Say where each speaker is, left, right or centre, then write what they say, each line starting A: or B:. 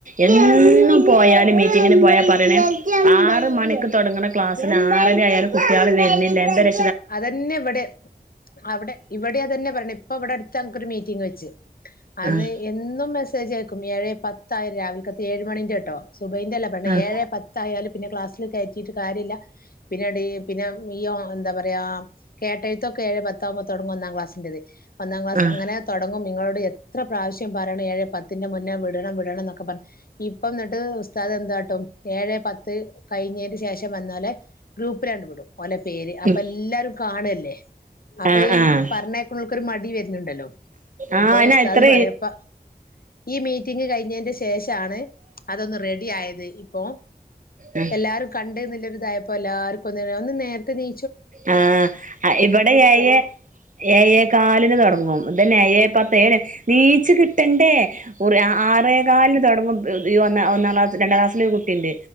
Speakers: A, on the right; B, on the left.
A: എന്നും പോയാലും മീറ്റിങ്ങിന് പോയാ പറയണേ ആറ് മണിക്ക് തുടങ്ങണ ക്ലാസ്സിന് ആറര ആയാലും കുട്ടികള് വരണെ ല്ല എന്തര്
B: അതന്നെ ഇവിടെ അവിടെ ഇവിടെ അത തന്നെ പറഞ്ഞു ഇപ്പ ഇവിടെ അടുത്ത് ഞങ്ങക്കൊരു മീറ്റിംഗങ് വെച്ച് അന്ന്
A: ആഹ്
B: എന്നും മെസ്സേജ് അയക്കും ഏഴേ പത്ത ആയും രാവില കത്ത് ഏഴ് മണിന്റെ കേട്ടോ സുബൈൻറ അല്ല പറഞ്ഞ
A: ആഹ്
B: ഏഴേ പത്ത ആയാലും പിന്നെ ക്ലാസ്സിൽ കയറ്റിട്ട് കാര്യല്ല പിന്നെ പിന്നെ ഈയോ എന്താ പറയാ പറയാ കേട്ടഴത്തോക്ക ഏഴെ പത്താകുമ്പോ തുടങ്ങും ഒന്നാ ക്ലാസ്സിന്റത് ഒന്നാം ക്ലാസ്
A: ആഹ്
B: അങ്ങെനെ തൊടങ്ങും നിങ്ങളോട് എത്ര പ്രാവശ്യം പറയണം ഏഴേ പത്തിന്റെ മുന്നേ വിടണം വിടണം എന്നൊക്കെ പറ ഇപ്പം എന്നിട്ട് ഉസ്താദ എന്താട്ടും ഏഴ് പത്ത് കഴിഞ്ഞതിന് ശേഷം വന്നലെ ഗ്രൂപ്പ് രണ്ട് വിടും ഓലെ പേര്
A: ഉം
B: എല്ലാരും കാണല്ലേ അപ്പൊ
A: ആഹ്
B: ഈ
A: ആഹ്
B: പറഞ്ഞേക്ക കൊരു മടി വ ണ്ടല്ലോ
A: ആഹ്
B: അപ്പോ
A: അയിന്
B: ഉസ്താദ്
A: എത്ര
B: പറയപ്പ ഈ മീറ്റിംഗ് കഴിഞ്ഞതിന്റെ ശേഷാണ് അതൊന്ന് റെഡി ആയത് ഇപ്പോ
A: ആഹ്
B: എല്ലാരും കണ്ടരു അതായപ്പോല്ലാർക്കും ഒന്ന് നേരത്തെ ണീ
A: ആ ഇവിടെ ഏ ഏ എ കാലിന് തുടങ്ങുംതന്നെ ഏയെ പത്ത് ഏ നീച്ച കിട്ടണ്ടേ ആറേ കാലിന് തുടങ്ങും ഈ ഒ ഒന്നാം ക്ലാ രണ്ടാം ക്ലാസ്സില് കുട്ടിണ്ട്